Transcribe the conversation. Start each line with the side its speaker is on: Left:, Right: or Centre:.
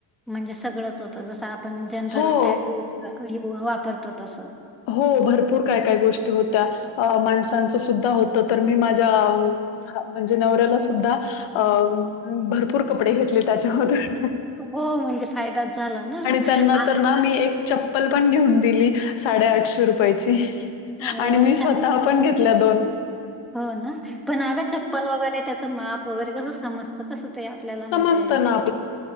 Centre: म्हणजे सगळंच होतं जसं आपण जनरल
Left: हो.
Centre: ऍप युज अ यु वापरतो तसं.
Left: हो भरपूर काय काय गोष्टी होत्या अ माणसांचं सुद्धा होतं तर मी माझ्या ह म्हणजे नवऱ्याला सुद्धा अ भरपूर कपडे घेतले त्याच्यामधून.
Centre: हो म्हणजे फायदाच झाला ना
Left: त्यांना
Centre: आस
Left: तर ना आणि एक चप्पल पण घेऊन दिली साडे आठशे रुपयची
Centre: अरे
Left: आणि
Centre: वाह!
Left: मी स्व
Centre: छान.
Left: तः हा पण घेतल्या दोन.
Centre: हो ना पण आगं चप्पल वगैरे त्याचं माप वगैरे कसं समज त कस ते आपल्याला
Left: समजतं
Centre: म्हणजे
Left: ना
Centre: कूट